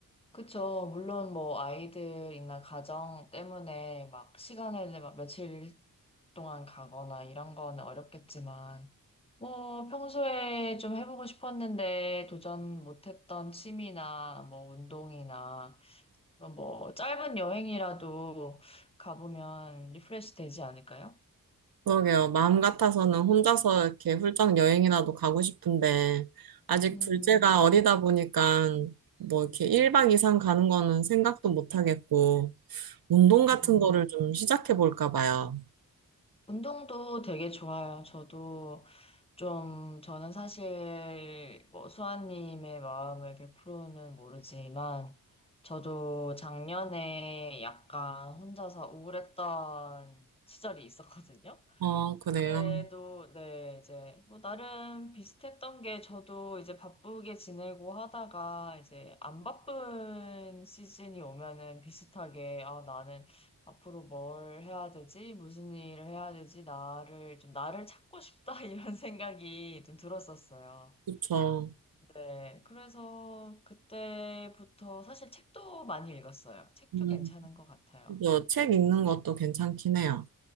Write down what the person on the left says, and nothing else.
그쵸. 물론 뭐 아이들이나 가정 때문에 막 시간을 막 며칠 동안 가거나 이런 거는 어렵겠지만, 뭐 평소에 좀 해보고 싶었는데 도전 못했던 취미나 뭐 운동이나 뭐 짧은 여행이라도 가보면 리프레시 되지 않을까요?
음,
음.
운동도 되게 좋아요. 저도 좀, 저는 사실 뭐 수아님의 마음을 100%는 모르지만, 저도 작년에 약간 혼자서 우울했던 시절이 있었거든요.
그때도 네 이제 뭐 나름 비슷했던 게 저도 이제 바쁘게 지내고 하다가 이제 안 바쁜 시즌이 오면은 비슷하게 아 나는 앞으로 뭘 해야 되지? 무슨 일을 해야 되지? 나를 좀 나를 찾고 싶다 <laughs> 이런 생각이 좀 들었었어요.
네, 그래서 그때부터 사실 책도 많이 읽었어요. 책도
괜찮은 것 같아요.